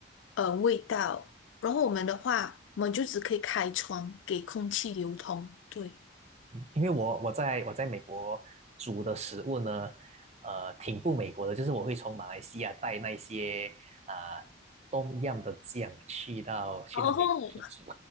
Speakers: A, on the left (about 80°); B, on the right (about 35°).
A: 呃味道。然后我们的话，我们就只可以开窗给空气流通。对，
B: 因为我我在我在美国煮的食物呢，呃，挺不美国的，就是我会从马来西亚带那些啊、呃东样的酱去到去到美国去煮，
A: 然后。